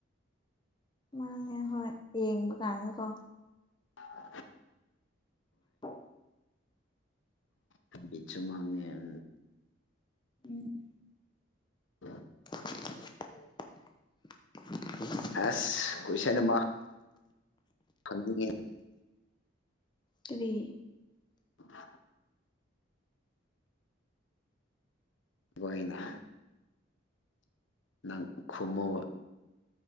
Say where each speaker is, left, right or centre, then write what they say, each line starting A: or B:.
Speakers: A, on the left; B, on the left.
A: ꯃꯥꯡꯉꯦ ꯍꯣꯏ ꯌꯦꯡꯕ ꯀꯥꯟꯗꯀꯣ
B: ꯑ
A: ꯑ
B: ꯀꯕꯤ ꯆꯨꯃꯉꯦ ꯎ
A: ꯎꯝ
B: ꯎ
A: ꯎ꯫ <inaudible>
B: ꯑꯁ ꯀꯣꯏꯁꯟꯝꯕ ꯈꯪꯅꯤꯡꯉꯤ
A: ꯀꯔꯤ
B: ꯎꯝ ꯅ ꯅꯪ ꯈꯨꯝꯃꯨꯕ